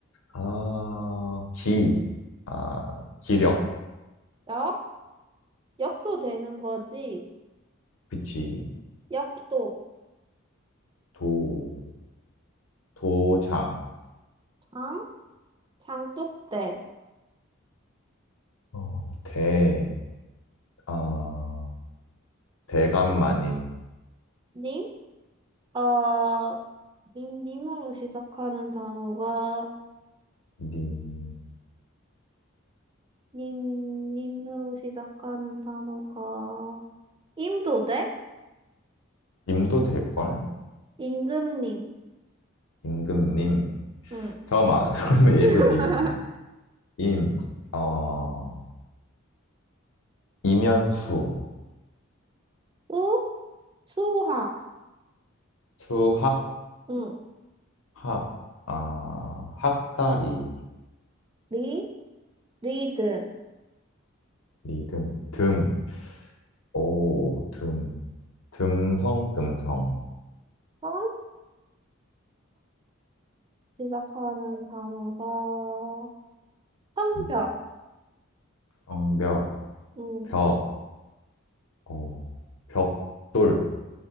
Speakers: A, on the left; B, on the right.
A: 아, 기. 아, 기력.
B: 역, 역도 되는 거지.
A: 그치.
B: 역도.
A: 도, 도장.
B: 장, 장독대.
A: 어, 대. 아, 대감마님.
B: 님, 어, 님, 님으로 시작하는 단어가,
A: 님.
B: 님, 님으로 시작하는 단어가, 임도대?
A: 님도 될걸?
B: 임금님.
A: 임금님.
B: 응.
A: 잠깐만. <laughs> 그러면
B: <laughs>
A: 얘도 님인데? 임. 어, 이면수.
B: 우, 수학.
A: 수학.
B: 응.
A: 학. 아, 학다리.
B: 리, 리듬.
A: 리듬. 듬. 오, 듬, 듬성, 듬성,
B: 선, 시작하는 단어가, 성벽,
A: 음, 성벽,
B: 음,
A: 벽, 어, 벽돌,